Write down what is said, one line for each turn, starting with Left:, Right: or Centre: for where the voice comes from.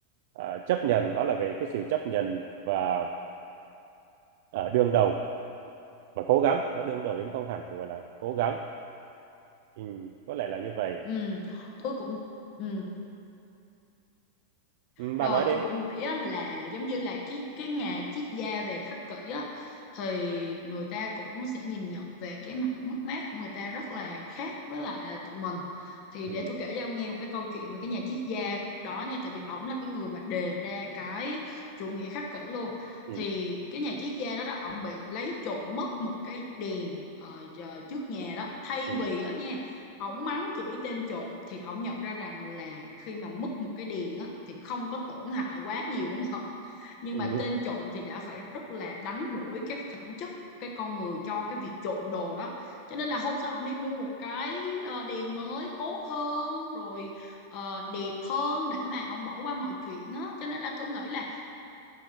Right: à, chấp nhận đó là về cái sự chấp nhận và à, đương đầu mà cố gắng nó đương đầu đến không hẳn gọi là cố gắng ừ, có lẽ là như vậy
Left: ừ tôi cũng ừ
Right: ừ,
Left: Rồi
Right: bà nói đi
Left: tôi cũng nghĩ á, là giống như là cái cái nghề triết gia về khắc kỷ á thì người ta cũng sẽ nhìn nhận về cái mặt mất mát của người ta rất là khác với lại là tụi mình. Thì
Right: ừ,
Left: để tôi kể cho ông nghe một cái câu chuyện về cái nhà triết gia đó nha tại vì ổng là cái người mà đề ra cái chủ nghĩa khắc kỷ luôn.
Right: ừ,
Left: Thì cái nhà triết gia đó đó ổng bị lấy trộm mất một cái đèn ờ, chờ- trước nhà đó thay
Right: ừ,
Left: vì đó nha ổng mắng chửi tên trộm thì ổng nhận ra rằng là khi mà mất một cái điền á thì không có tổn hại quá nhiều đến họ nhưng
Right: ừ,
Left: mà tên trộm thì đã phải rất là đánh đổi cái phẩm chất của cái con người cho cái việc trộm đồ đó cho nên là hôm sau ổng đi mua một cái ờ, đèn mới tốt hơn rồi ờ, đẹp hơn để mà ổng bỏ qua mọi chuyện á cho nên là tôi nghĩ là